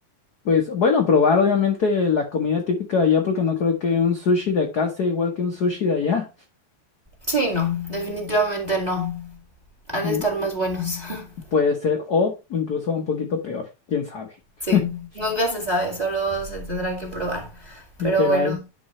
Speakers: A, on the left; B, on the right.
A: pues bueno, probar obviamente la comida típica de allá porque no creo que un sushi de acá sea igual que un sushi de allá.
B: Sí, no. Definitivamente no. Han
A: Mm,
B: de estar más buenos. <laughs>
A: Puede ser o incluso un poquito peor, quién sabe. <laughs>
B: Sí. Nunca se sabe. Solo se tendrá que probar.
A: Literal.
B: Pero bueno.